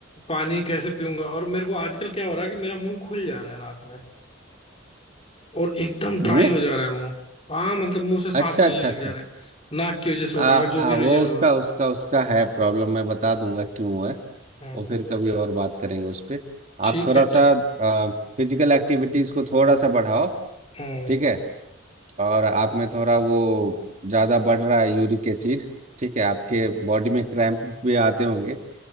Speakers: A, on the left; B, on the right.
A: पानी कैसे पीऊंगा और मेरे को आजकल क्या हो रहा है कि मेरा मुंह खुल जा रहा है रात में और एकदम ड्राई
B: मुंह
A: हो जा रहा है मुंह हाँ मतलब मुंह से सांस
B: अच्छा
A: लेने
B: अच्छा अच्छा
A: लग जा रहे हैं नाक की वजह से हो
B: आ,
A: रहा होगा जो
B: आ,
A: भी
B: वो
A: वजह
B: उसका
A: होगा
B: उसका उसका है प्रॉब्लम मैं बता दूंगा क्यों है
A: हम्म
B: वो फिर कभी और बात करेंगे उस पे आप
A: ठीक
B: थोड़ा
A: है ठी-
B: सा फिजिकल एक्टिविटीज को थोड़ा सा बढ़ाओ
A: हम्म
B: ठीक है और आप में थोड़ा वो ज़्यादा बढ़ रहा है यूरिक एसिड ठीक है आपके बॉडी में क्रैम्प भी आते होंगे